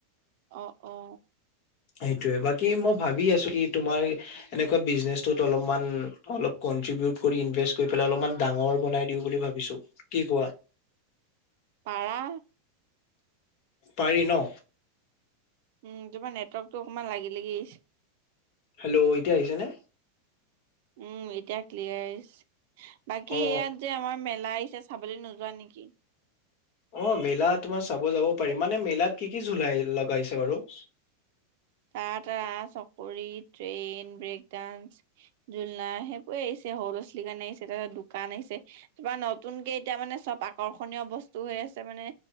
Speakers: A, on the right; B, on the left.
A: অ অ।
B: সেইটোয়ে বাকী মই ভাবি আছো কি তোমাৰ। এনেকুৱা বিজনেচত অলপমান অলপ কনট্ৰিবউট কৰি ইনভেষ্ট কৰি লই অলপমান ডাঙৰ বনাই দিওঁ বুলি ভাবিছো। কি কোৱা।
A: পাৰা।
B: পাৰি ন?
A: উম তোমাৰ নেটৱৰ্কতটো অকণমান লাগি লাগি আহিছে।
B: হেল্ল' এতিয়া আহিছে নে?
A: উম, এতিয়া ক্লিয়াৰ আহিছে। বাকী
B: অ
A: ইয়াত যে আমাৰ মেলা আহিছে চাবলৈ নোযোৱা নিকি?
B: অ মেলা তোমাৰ চাব যাব পাৰিম মানে মেলাত কি কি জোলাই লগাইছে বাৰু?
A: তাৰ তা চকৰি, ট্ৰেইন, ব্ৰেক ডানস, জোলনা সেই কৈ আহিছে সৰু ল'ৰা - ছোৱালীৰ কাৰণে আহিছে তাৰপিছত দোকান আহিছে। তাৰপা নতুনকে এতিয়া মানে চব আকৰ্ষণীয় বস্তু হৈ আছে মানে